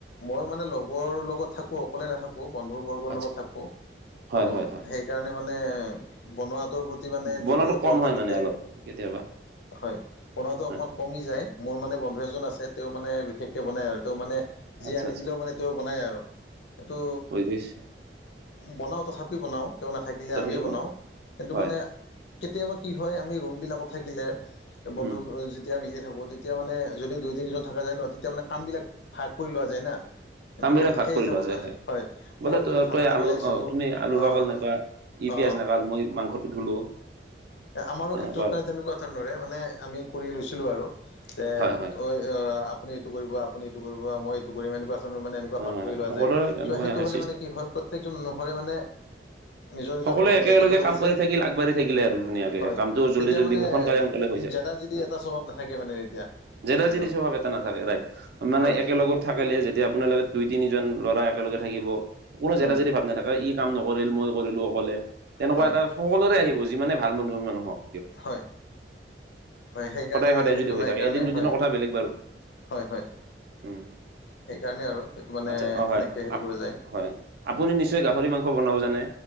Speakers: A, on the left (about 70°); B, on the right (about 60°).
A: মই মানে লগৰ লগত থাকোঁ, অকলে নাথাকোঁ বন্ধুবৰ্গৰ
B: আচ্ছা
A: লগত থাকোঁ চ'
B: হয় হয় হয়
A: সেইকাৰণে মানে বনোৱা ত' প্ৰতি মানে
B: বনোৱাটো
A: যদিও ঘৰত
B: কম হয়
A: থাকোতে
B: মানে অলপ কেতিয়াবা
A: হয়, বনোৱাটো অকনমান
B: হয়
A: কমি যায়, মোৰ মানে বন্ধু এজন আছে তেওঁ মানে বিশেষকে বনাই আৰু। ত' মানে যি
B: আচ্ছা
A: আনি
B: আচ্ছা
A: দিলেও মানে তেওঁ বনায় আৰু সেইটো
B: বুজি পাইছো
A: বনাও তথাপি বনাও, তেওঁ নাথাকিলে
B: তথাপি
A: আমিয়ে বনাওঁ,
B: বনাও
A: কিন্তু
B: হয়
A: মানে কেতিয়াবা কি হয় আমি ৰুমবিলাকত থাকিলে, এ বন্ধ
B: উম
A: তেতিয়া নিজে থাকো, তেতিয়া মানে যদি দুই তিনিজন থকা যায় ন, তেতিয়া মানে কাম বিলাক ভাগ কৰি লোৱা যায় না। কিন্তু
B: কাম বিলাক ভাগ
A: সেই
B: কৰি
A: হিচাপত
B: লোৱা যায় হয়,
A: মই
B: বোলে
A: যদি
B: ত
A: ভাতটো
B: তই আলু
A: বনাইছোঁ
B: অ', তুমি
A: অঁ
B: <unintelligible> ই
A: অঁ
B: পিঁয়াজ ন কাল মই মাংসটো ধুলো।
A: এ আমাৰো
B: তেনেকুৱাই
A: ক্ষেত্ৰত মানে তেনেকুৱা ধৰণৰে মানে আমি কৰি লৈছিলোঁ আৰু তে
B: হয় হয়
A: তই এ আপুনি এইটো কৰিব আপুনি মই এইটো কৰিম এনেকুৱা মানে এনেকুৱা
B: হয়
A: ভাগ
B: হয়
A: কৰি
B: হয়।
A: লোৱা
B: সকলোৰে
A: যায়,
B: এনেকুৱাই
A: চ' সেইটো
B: হয়
A: হ'লে
B: চিষ্টেম
A: মানে কি হয় প্ৰ প্ৰত্যেকজন নহ'লে মানে নিজৰ- নিজৰ
B: সকলোৱে
A: ভাগত
B: একেলগে
A: দায়িত্বটো পৰিছে,
B: কাম কৰি থাকিল আগবাঢ়ি থাকিলে আৰু ধুনীয়াকে
A: হয়,
B: কামটো জল্দি
A: তেতিয়া
B: জল্দি
A: মানে
B: হয় সোনকালে সোনকালে হৈ যায়
A: জেদা- জেদী
B: হয়
A: এটা স্বভাৱ নাথাকে মানে তেতিয়া।
B: জেদা-
A: সেইটো
B: জেদী স্বভাৱ এটা নাথাকে ৰাইট। মানে
A: হয়
B: একেলগত থাকিলে যেতিয়া আপোনালোকে দুই তিনিজন ল'ৰা একেলগে থাকিব কোনো জেদা
A: উম
B: জেদী ভাব নাথাকে, ই কাম নকৰিল মই কৰিলো অকলে, তেনেকুৱা
A: হয়
B: এটা সকলো <unintelligible> আহিব যিমানে ভাল বন্ধু নহক।
A: হয়। হয়, সেইকাৰণে
B: সদায়
A: মানে
B: সদায়
A: সেইটো
B: যদি হৈ
A: নাই
B: থাকে
A: কাৰণে
B: এদিন দুদিনৰ
A: হয়,
B: কথা বেলেগ বাৰু
A: হয়-হয়। সেইকাৰণে
B: উম
A: আৰু সেইটো মানে
B: আচ্ছা অ
A: সেনেকে
B: হয়
A: সেইটো
B: আপ
A: কৰা যায়।
B: হয় আপুনি নিশ্চয় গাহৰি মাংস বনাব জানে।